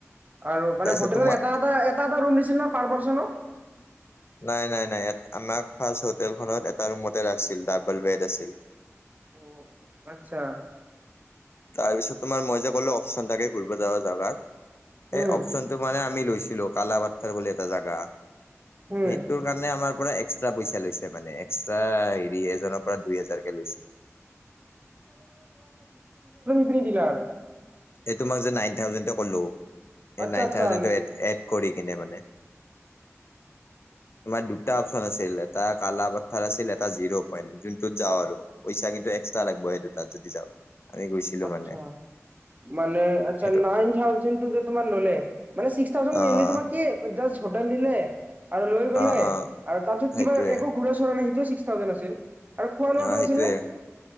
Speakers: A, on the right; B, on the left.
A: আৰু মানে
B: তাৰপিছত
A: হোটেলৰ
B: তোমাৰ
A: এটা এ এটা এটা ৰুম দিছিল ন পাৰ পাৰ্চন ন
B: নাই নাই নাই আমাক ফাৰ্ষ্ট হোটেলখনত এটা ৰুমতে ৰাখিছিল ডাবল বেড আছিল
A: অ আচ্ছা
B: তাৰ পিছত তোমাৰ মই যে ক'লো অপশচন থাকে ঘুৰিব যা জোগাত সেই
A: উম
B: অপশচনটো মানে। আমি লৈছিলো কালাপাঠাৰ বুলি এটা জোগা সেইটো
A: উম
B: কাৰণে আমাৰ পৰা এক্সট্ৰা পইচা লৈছে মানে এক্সট্ৰা হেৰি এজনৰ পৰা দুই হাজাৰ কে লৈছে
A: কি দিলা আৰু
B: এইটো ম‌ই যে নাইন থাউজেন টো ক'লো সেই
A: আচ্ছা
B: নাইন
A: আচ্ছা
B: থাউজেন টো এড এড কৰি কিনে মানে তোমাৰ দুটা অপশন আছিল এটা কালাপথাৰ আছিল এটা জিৰ' পইণ্ট যোনটোত যাওঁ আৰু পইচা কিন্তু এক্সট্ৰা লাগিব সেইটো তাত যদি যাওঁ আমি গৈছিলো
A: আচ্ছা।
B: মানে
A: মানে আচ্ছা
B: সেইটো
A: নাইন থাউজেন তোমাৰ ললে মানে ছিক্স থাউজেন
B: অ',
A: মেনলি তোমাৰ কি জাচ্ হোটেল দিলে আৰু লৈ গ'লে
B: অ', অ'।
A: আৰু তাৰপিছত
B: সেইটোয়ে
A: কিবা একো ঘুৰা চৰা নাই সেইটোৱে ছিক্স থাউজেন আছিল আৰু খোৱা লোৱাটো
B: অ
A: আছিল
B: সেইটোয়ে
A: নে